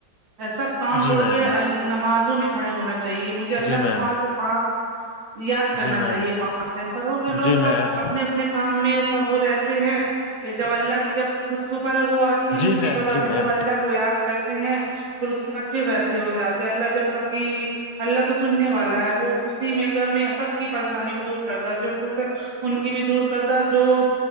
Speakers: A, on the right; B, on the left.
A: ای سب کام
B: جی
A: چھوڑ
B: میم
A: کے ال نمازوں میں کھڑے ہونا چاہیے مجھے اللہ
B: جی میم
A: کو پانچ سے پان یاد کرنا
B: جی میم
A: چاہیے پانچ ٹائم پرھ کے لوگ
B: جی
A: ب
B: میم
A: اپنے اپنے کام میں ب وہ رہتے ہیں یہ جب اللہ کی جب خود کے اوپر وہ آتی
B: جی
A: مصیبت
B: میم جی
A: آتی
B: میم
A: تب اللہ کو یاد کرتے ہیں پھر اس کے بعد پھر ویسے ہو جاتے اللہ جب سب کی اللہ تو سننے والا ہے وہ خی میں میں سب کی پریشانی کو دور کرتا جو کچھ ان کی بھی دور کرتا جو